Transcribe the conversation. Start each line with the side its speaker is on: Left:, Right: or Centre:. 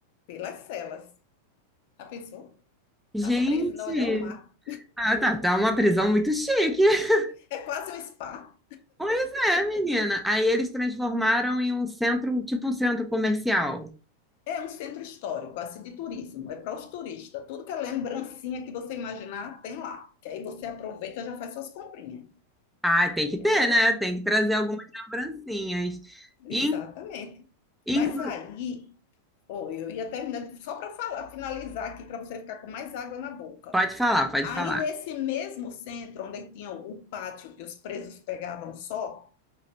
Left: pelas celas. Já pensou?
Centre: Gente,
Left: Tá preso e ainda olhar o mar.
Centre: ah, tá, tá uma prisão muito chique. <laughs>
Left: É quase um spa.
Centre: Pois é, menina. Aí eles transformaram em um centro, tipo um centro comercial.
Left: É um centro histórico, assim, de turismo. É para os turistas. Tudo que é lembrancinha que você imaginar, tem lá. Que aí você aproveita e já faz suas comprinhas,
Centre: Ah, tem que
Left: entendeu?
Centre: ter, né? Tem que trazer algumas lembrancinhas.
Left: Exatamente.
Centre: In,
Left: Mas
Centre: inclu-
Left: aí, oh, eu ia terminar só para falar, finalizar aqui, para você ficar com mais água na boca.
Centre: Pode falar, pode
Left: Aí,
Centre: falar.
Left: nesse mesmo centro, onde tinha o pátio que os presos pegavam só,